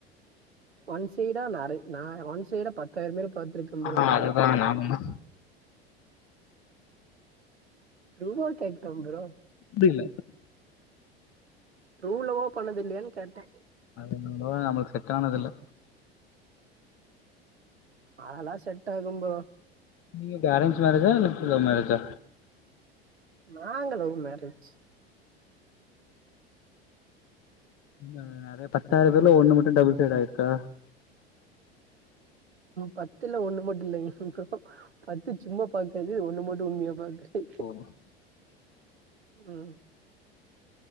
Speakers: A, on the right; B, on the left.
A: ஒன் சைடா நறை நா ஒன் சைடா பத்தாயிரோ பேர பாத்திருக் நம்புற
B: ஆ
A: நானு
B: அதுதா நானுந்தா
A: ரூபா கேட்குறா ப்ரோ
B: புடிக்கல
A: ட்ரு லவ்வோ பண்ணது இல்லையான் கேட்டே
B: அது நண்பா நம்ளுக்கு செட் ஆனதில்ல
A: அதெல்லா செட் ஆகும் ப்ரோ
B: நீங்க எப்டி அரேஞ்ச் மேரேஜா இல்ல லவ் மேரேஜா
A: நாங்க லவ் மேரேஜ்
B: நா நறைய பத்தாயிரோ பேர்ல ஒன்னு மட்டு டபுள் சைட் ஆயிருக்கா
A: பத்துலா ஒன்னு மட்டு இல்லைங் ப்ரோ பத்து சும்மா பாக்குறது ஒன்னு மட்டு உண்மையா பாக்க
B: ஓ
A: ம்